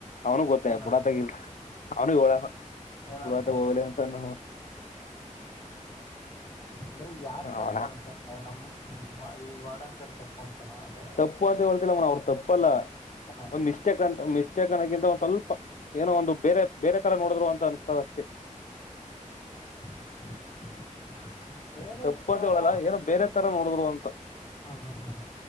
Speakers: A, on the left; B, on the left.
A: ಅವನು ಗೊತ್ತ
B: ಏನಂತ
A: ಬುಡಾತಾಗೆ <unintelligible>
B: ಏನಂತ
A: ಬುಡಾತಾಗ ಹೋಗಲಿ ಅಂತನ
B: ಅಂದ್ರೆ ಯಾರ್ ತಪ್ಪು
A: ಅವನ
B: ಅಂತ ನಮ ಈ ವಾಡನ್ಸರ್ ತಪ್ಪು ಅಂತಾನ ಅದು.
A: ತಪ್ಪು ಅಂತ ಹೇಳ್ತಿಲ್ಲ ಅವ ಅವ್ರು ತಪ್ಪಲ್ಲ.
B: ಹಾ
A: ಮಿಸ್ಟೇಕ್ ಅಂತ ಮಿಸ್ಟೇಕ್ ಅನ್ನೊಕ್ಕಿಂತ ಒಂದು ಸ್ವಲ್ಪ ಏನೋ ಒಂದು ಬೇರೆ ಬೇರೆ ತರ ನೋಡುದ್ರು ಅಂತ ಅನ್ಸತದ ಅಷ್ಟೇ. <inaudible>
B: ಸ್ ಹಾ ಬೇರೆ
A: ತಪ್ಪು
B: ತರಾ.
A: ಅಂತ ಹೇಳಲ್ಲ ಏನೋ ಬೇರೆ ತರ ನೋಡಿದ್ರು ಅಂತ.
B: ಹಾ ಹಾ ಹಾ ಹ